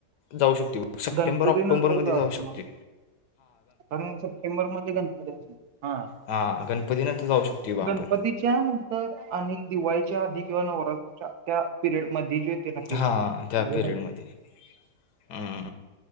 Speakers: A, on the left; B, on the right.
A: जाऊ शकते सप्टेंबर
B: गणपती
A: ऑक्टोबरमध्ये
B: नंतर जाऊया
A: जाऊ शकतोय.
B: मग कारण सप्टेंबर मध्ये गणपती हा-
A: हां गणपतीनंतर जाऊ शकते बा आपण
B: गणपतीच्या नंतर आणि दिवाळीच्या आधी किंवा नवरात्राच्या त्या पिरियड मध्ये जे- <unintelligible>
A: हां त्या
B: म्हजे
A: पिरियडमध्ये हम्म,